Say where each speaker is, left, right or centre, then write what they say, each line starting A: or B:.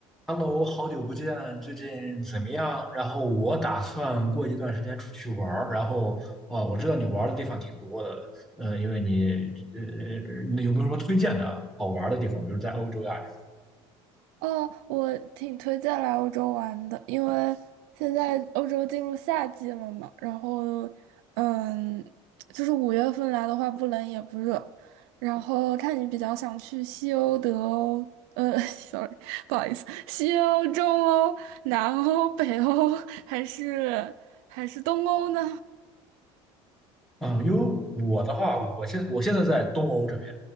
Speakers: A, in the centre; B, on the right.
A: Hello，好久不见，最近怎么样？然后我打算过一段时间出去玩儿，然后哦，我知道你玩儿的地方挺多的，嗯，因为你呃，呃那有没有什么推荐的好玩儿的地方？比如在欧洲呀这种。
B: 哦，我挺推荐来欧洲玩的，因为现在欧洲进入夏季了嘛，然后，嗯，就是五月份来的话，不冷也不热，然后看你比较想去西欧、德欧，呃 <laughs>，sorry，不好意思，西欧、中欧、南欧、北欧，还是还是东欧呢？
A: 嗯，因为我的话，我现我现在在东欧这边，